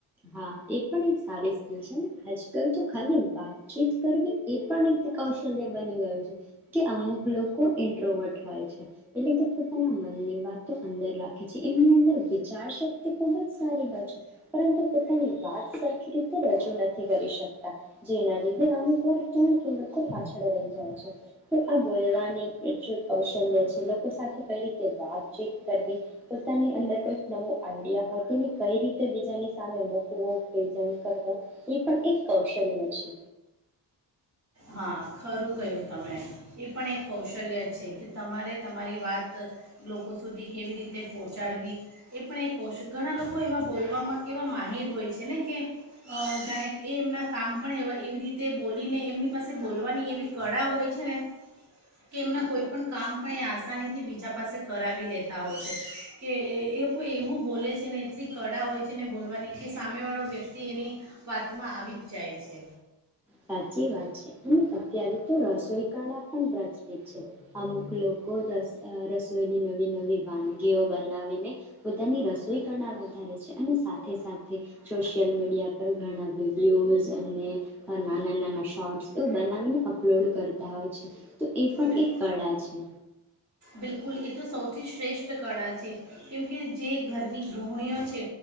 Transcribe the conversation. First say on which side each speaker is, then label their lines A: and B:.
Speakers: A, in the centre; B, on the right.
A: હા એ પણ એક સારી સ્કીલ છે આજકાલ તો ખાલી વાતચીત કરવી એ પણ એક કૌશલ્ય બની ગયું છે કે અમુક લોકો ઇન્ટ્રોવર્ટ હોય છે એટલે કે પોતાના મનની વાતો અંદર રાખે છે એમની અંદર વિચાર શક્તિ ખુબ જ સારી હોય છે પરંતુ વાત સરખી રીતે રજૂ નથી કરી શકતા જેના લીધે અમુક વાર <unintelligible> લોકો પાછળ રહી જાય છે તો આ બોલવાની જે કૌશલ્ય છે લોકો સાથે કઈ રીતે વાતચીત કરવી પોતાની અંદર કોઈક નવું આઈડિયા હોય તેને કઈ રીતે બીજાની સામે મૂક કુ યુ કે જેમ કરવ એ પણ એક કૌશલ્ય છે
B: હા ખરું કહ્યું તમે એ પણ એક કૌશલ્ય છે કે તમારે તમારી વાત લોકો સુધી કેવી રીતે પહોંચાડવી એ પણ એક કૌશ ઘણા લોકો એવા બોલવામાં કે એવા માહિર હોય છે ને કે જાણે એ એમના કામ પણ એવા એવી રીતે બોલીને એમની પાસે બોલવાની એવી કળા હોય છે ને કે એમના કોઈ પણણ કામ પણ એ આસાનીથી બીજા પાસે કરાવી લેતા હોય છે કે એ એ લોકો એવું બોલે છે ને એટલી કળા હોય છે ને બોલવાની કે સામેવાળો વ્યક્તિ એની વાતમાં આવી જ જાય છે.
A: સાચી વાત છે અને અત્યારે તો રસોઈ કળા પણ પ્રચલિત છે અમુક લોકો રસ રસોઈની નવી નવી વાનગીઓ બનાવીને પોતાની રસોઈ કળા વધારે છે અને સાથે સાથે સોશિયલ મીડિયા પર ઘણા વિડીયોઝ અને નાના નાના શોર્ટ્સ તો બનાવીને અપલોડ કરતા હોય છે. તો એ પણ
B: બિલ-
A: એક કળા છે.
B: બિલકુલ એ તો સૌથી શ્રેષ્ઠ કળા છે કેમ કે જે ઘરની ગૃહિણીઓ છે